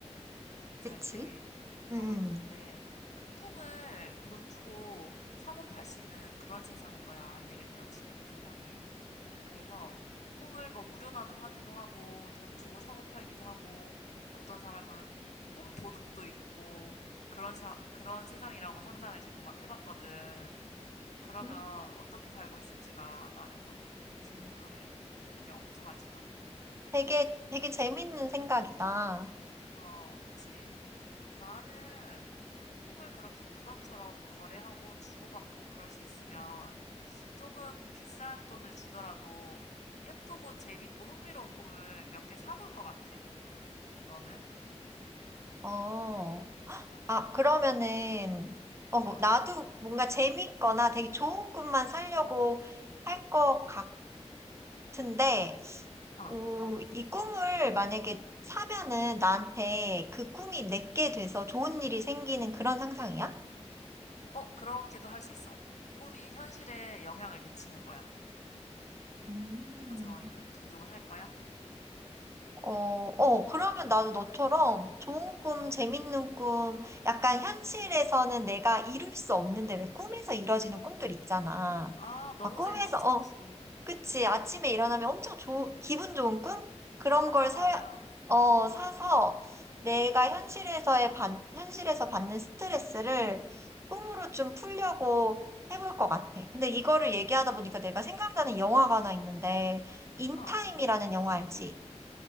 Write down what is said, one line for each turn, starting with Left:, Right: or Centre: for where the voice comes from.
Left: 잘
Right: 그치?
Left: 때.
Right: 음.
Left: 어, 근데 그 꿈을 돈 주고 사고 팔 수 있는 그런 세상인 거야. 예를 들어 지금 이 세상이. 그래서 꿈을 뭐 무료 나눔하기도 하고 돈 주고 사고 팔기도 하고 어떤 사람은 꿈 도둑도 있고 그런 세, 그런 세상이라고 상상을 지금 막 해봤거든. 그러면
Right: 음.
Left: 어떻게 살고 있을지가 나는 너무 궁금해. 되게 엉뚱하지만.
Right: 되게, 되게 재밌는 생각이다.
Left: 어, 그치. 나는 꿈을 그렇게 물건처럼 거래하고 주고받고 그럴 수 있으면 조금 비싼 돈을 주더라도 예쁘고 재밌고 흥미로운 꿈을 몇 개 사볼 것 같아. 너는?
Right: 어. 아, 그러면은, 어,
Left: 어,
Right: 나도 뭔가 재밌거나 되게 좋은 꿈만 살려고 할 것 같은데,
Left: 어,
Right: 오, 이 꿈을 만약에 사면은 나한테 그 꿈이 내게 돼서 좋은 일이 생기는 그런 상상이야?
Left: 어, 그렇게도 할 수 있어. 꿈이 현실에 영향을 미치는 거야.
Right: 음.
Left: 그런 상황이면 돈 주고 살 거야?
Right: 어, 어, 그러면 나도 너처럼 좋은 꿈,
Left: 어.
Right: 재밌는 꿈, 약간 현실에서는 내가 이룰 수 없는데 왜 꿈에서 이뤄지는 꿈들 있잖아.
Left: 아, 너무
Right: 막 꿈에서,
Left: 재밌지 좋지.
Right: 어, 그치. 아침에 일어나면 엄청 좋 기분 좋은 꿈? 그런
Left: 맞아,
Right: 걸
Left: 맞아.
Right: 사, 어, 사서 내가 현실에서의 반, 현실에서 받는 스트레스를 꿈으로 좀 풀려고 해볼 것 같아. 근데 이거를
Left: 음,
Right: 얘기하다 보니까 내가 생각나는 영화가 하나 있는데, 인타임이라는
Left: 어,
Right: 영화 알지?